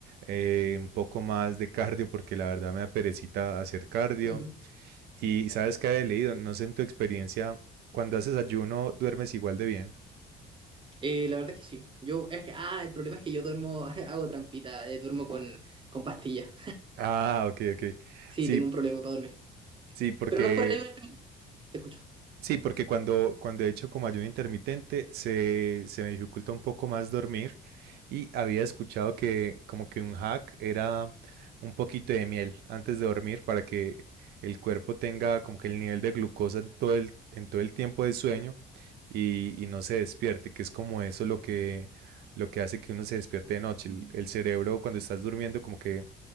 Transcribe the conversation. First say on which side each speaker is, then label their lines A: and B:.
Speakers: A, on the right; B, on the right.
A: eh, un poco más de cardio, porque la verdad me da perecita hacer cardio.
B: Ujú.
A: Y sabes que he leído, no sé en tu experiencia, cuando haces ayuno, ¿duermes igual de bien?
B: Eh, la verdad es que sí. Yo, es que- ah, el problema es que yo duermo, <laughs> hago trampita, eh, duermo con, con pastillas.
A: Ah, ok, ok.
B: Sí,
A: Sí,
B: tengo un problema para dormir.
A: sí, porque
B: Pero no es por el ayuno intermitente. Te escucho.
A: Sí, porque cuando, cuando he hecho como ayuno intermitente se, se me dificulta un poco más dormir y había escuchado que como que un hack era un poquito de miel antes de dormir para que el cuerpo tenga como que el nivel de glucosa en todo el, en todo el tiempo de sueño y, y no se despierte, que es como eso lo que, lo que hace que uno se despierte de noche. El, el cerebro cuando estás durmiendo como que